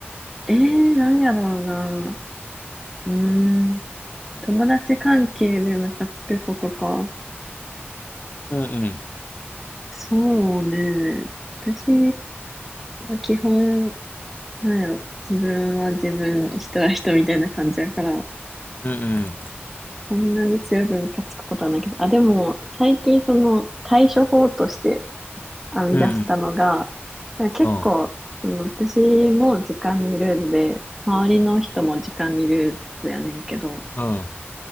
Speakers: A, in the centre; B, on the left.
A: ええー、なんやろうな。うーん。友達関係でムカつくことか。
B: うんうん。
A: そうね。私は基本、なんやろ、自分は自分、人は人みたいな感じやから、
B: うんうん。
A: そんなに強くムカつくことはないけど、あ、でも、最近その対処法として編み出したのが、
B: うんうん。
A: なんか結構、
B: うん。
A: その私も時間にルーズで、周りの人も時間にルーズやねんけど、
B: うん